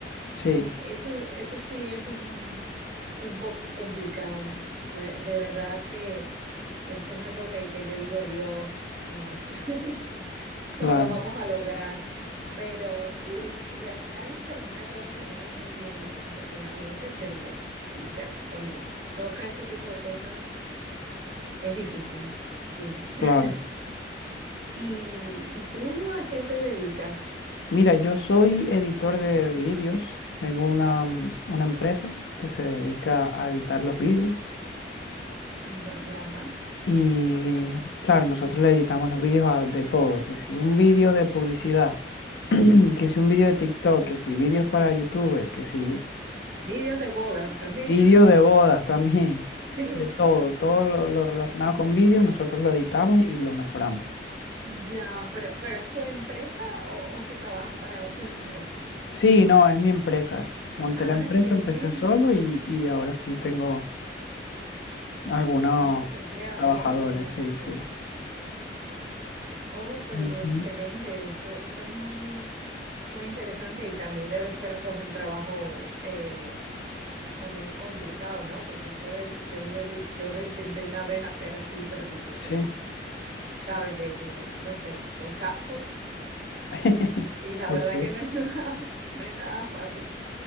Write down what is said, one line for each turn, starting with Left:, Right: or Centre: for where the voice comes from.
Left: sí,
Right: Eso, eso sí es un, un poco complicado. Re- De verdad que esto es algo que, que yo digo, Dios, no. <laughs>
Left: claro,
Right: No lo vamos a lograr, pero sí, sí, al final termina todo saliendo muy bien, afortunadamente, pero sí, ya cuando toca ese tipo de cosas es difícil, sí. <laughs>
Left: claro.
Right: ¿Y, y tú a qué te dedicas?
Left: Mira, yo soy editor de vídeos. Tengo una, mm, una empresa que se dedica a editar los vídeos.
Right: No, ya,
Left: Y claro, nosotros le editamos los vídeos a- de todo. Que si un vídeo de publicidad, <clears throat> que si un vídeo de TikTok, que si vídeos para YouTuber, que si
Right: vídeos de boda también,
Left: vídeo de bodas también.
Right: <laughs> sí.
Left: De todo, todo lo, lo relacionado con vídeos, nosotros lo editamos y lo mejoramos.
Right: Ya, pero, pero ¿es tu empresa o, o que trabajas para una empresa?
Left: Sí, no, es mi empresa. Monté
Right: Ah,
Left: la empresa,
Right: qué
Left: empecé
Right: bien,
Left: solo y, y ahora sí tengo... Algunos
Right: tienes tus empleados
Left: trabajadores,
Right: y eso,
Left: sí,
Right: ya.
Left: sí, sí.
Right: Oh, pero
Left: Ujú.
Right: excelente, eso, eso es muy, muy interesante y también debe ser pues un trabajo eh, también complicado, ¿no? Porque eso de edición de video, yo lo intenté una vez hacer así, pero tipo por,
Left: Sí.
Right: ¿sabes? De, de, no sé, con CapCut
Left: <laughs>
Right: y la
Left: Ok.
Right: verdad que no es <laughs> nada, no es nada fácil.